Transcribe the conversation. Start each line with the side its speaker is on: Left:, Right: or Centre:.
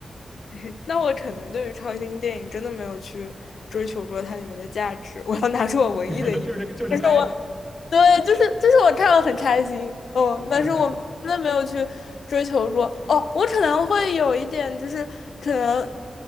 Left: <laughs> 那我可能对于超新星电影真的没有去追求过它里面的价值，我要拿出我文艺的一面。
Centre: <laughs> 就是就是嗨，
Left: 但是我对，就是就是我看了很开心，嗯，但是我真的没有去追求过。
Centre: 就是嗨，
Left: 哦，我可能会有一点，就是可能